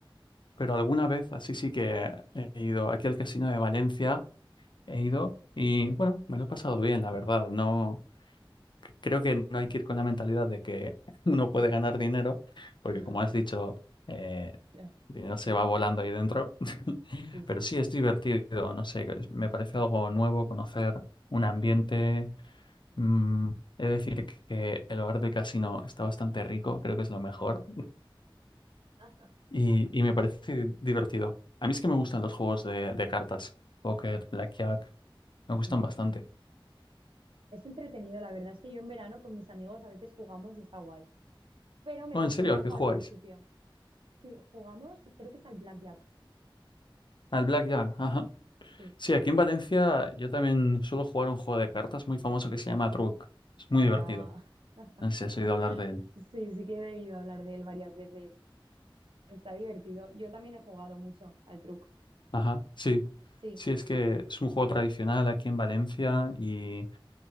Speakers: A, on the left; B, on the right.
A: pero alguna vez así sí que he ido aquí al casino de Valencia, he ido y bueno, me lo he pasado bien, la verdad. No. creo que no hay que ir con la mentalidad de que <laughs> uno puede ganar dinero, porque
B: <laughs>
A: como has dicho, eh,
B: Ya.
A: el dinero se va volando ahí dentro. <laughs>
B: Sí, sí,
A: Pero sí
B: sí.
A: es divertido, no sé, es- me parece algo nuevo conocer un ambiente. mm, he de decir que el bar del casino está bastante rico, creo que es lo mejor,
B: <laughs> Ajá.
A: y, y me parece divertido. A mí es que me gustan los juegos de, de cartas, póker, blackjack, me gustan
B: Sí.
A: bastante.
B: Es entretenido, la verdad es que yo en verano con mis amigos a veces jugamos y está guay. pero me
A: No,
B: costó
A: en serio,
B: un poco
A: ¿a qué jugáis?
B: al principio. Sí, jugamos, creo que es al Blackjack.
A: Al blackjack, ajá.
B: Sí.
A: Sí, aquí en Valencia yo también suelo jugar un juego de cartas muy famoso que se llama Truc. Es muy
B: Ah,
A: divertido.
B: <laughs>
A: No sé si has oído hablar de él.
B: sí, sí que he debido hablar de él varias veces. Está divertido. Yo también he jugado mucho al truco.
A: Ajá, sí.
B: Sí,
A: Sí, es que es un juego tradicional aquí en Valencia y